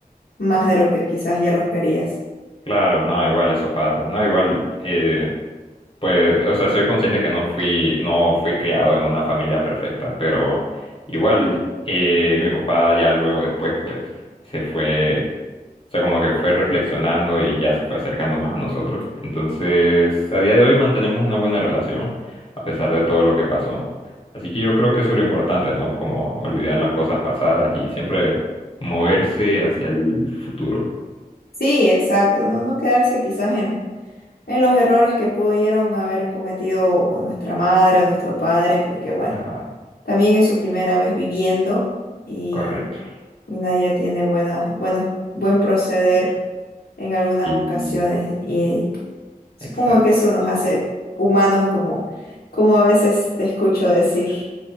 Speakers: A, on the left; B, on the left.
A: más de lo que quizás ya los querías.
B: Claro, no, igual eso pasa, no, igual, eh, pues, o sea, soy consciente que no fui, no fui criado en una familia perfecta, pero igual eh, mi papá ya luego después, pues, se fue, o sea, como que fue reflexionando y ya se fue acercando más a nosotros. Entonces, a día de hoy mantenemos una buena relación, a pesar de todo lo que pasó. Así que yo creo que eso es lo importante, ¿no? Como olvidar las cosas pasadas y siempre moverse hacia el futuro.
A: Sí, exacto, no, no quedarse quizás en, en los errores que pudieron haber cometido o nuestra madre o nuestro padre, porque bueno,
B: Ajá,
A: también es su primera vez viviendo y,
B: correcto.
A: y nadie tiene buena, buenos, buen proceder en algunas
B: Y-
A: ocasiones y supongo
B: Exacto,
A: que eso nos hace humanos como, como a veces te escucho decir.